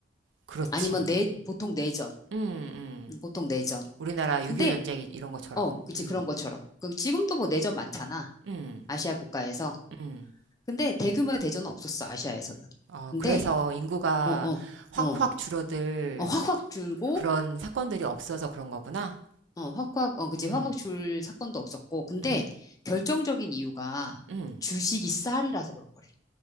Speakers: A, on the right; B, on the left.
A: 그렇지.
B: 아니면 내,
A: 음,
B: 보통 내전.
A: 음.
B: 음, 보통 내전.
A: 우리나라 6.25
B: 근데,
A: 전쟁 이런 것처럼.
B: 어, 그치,
A: 음,
B: 그런 것처럼. 그, 지금도 뭐 내전 많잖아.
A: 음,
B: 아시아 국가에서.
A: 음.
B: 근데 대규모의 대전은 없었어, 아시아에서는.
A: 어,
B: 근데,
A: 그래서 인구가
B: 어, 어,
A: 확확
B: 어,
A: 줄어들
B: 어, 확확 줄고,
A: 그런 사건들이 없어서 그런 거구나.
B: 어, 확확, 어, 그지.
A: 음,
B: 확확 줄 사건도 없었고. 근데
A: 음,
B: 결정적인 이유가
A: 음.
B: 주식이 쌀이라서 그런 거래.